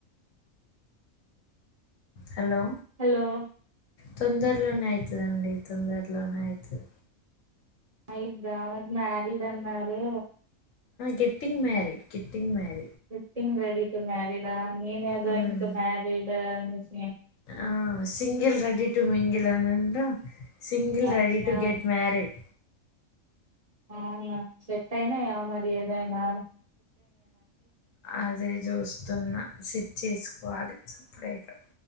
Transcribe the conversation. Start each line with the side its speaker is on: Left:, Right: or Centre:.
Left: హలో
Right: హలో
Left: తొందరలోనే అయితదండి తొందరలోనే అయితది
Right: అయి బావా కి మ్యారీడ్ అన్నారు
Left: getting married, getting married
Right: getting మ గెట్టింగ్ మ్యారీడ్ ఆ నేను ఏదో
Left: హ్మ్
Right: ఇంట్లో మ్యారీడ్ <unintelligible>
Left: ఆ సింగిల్ రెడి టు మింగిల్ అనంత సింగిల్
Right: అచ్చా
Left: రెడి టు గెట్ మ్యారీడ్
Right: అవునా చెట్టు అయినా యా మరి ఏది అయినా
Left: అదే చూస్తున్న సిట్ చేసు పోవాలి సపరేటు